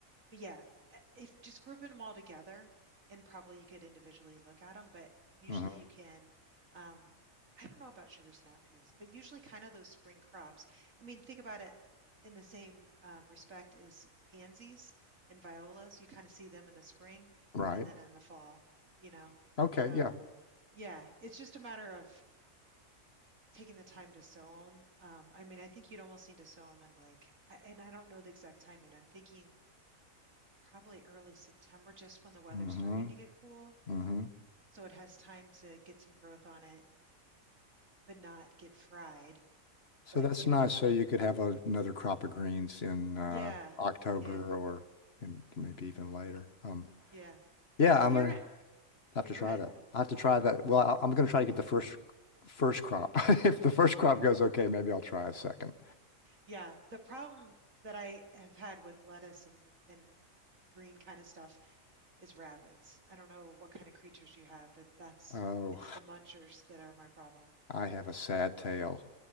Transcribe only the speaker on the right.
but yeah, i- if just grouping them all together, and probably you could individually look at them, but usually
you can. Um, I don't know about sugar snap peas, but usually kind of those spring crops. I mean, think about it in the same um, respect as pansies and violas. You kind of see them in the spring
and then in the fall, you know.
So
yeah, it's just a matter of taking the time to sew them. Um, I mean, I think you'd almost need to sew them in like, I- and I don't know the exact timing. I'm thinking probably early September, just when the weather's
starting to get cool.
So it has time to get some growth on it, but not get fried,
but
get
enough.
gr-
Yeah,
yeah,
yeah.
So if
you're
at,
you
go
ahead.
Eh,
Yeah, the problem that I have had with lettuce and and green kind of stuff is rabbits. I don't know what kind of creatures you have, but that's
it's the munchers that are my problem.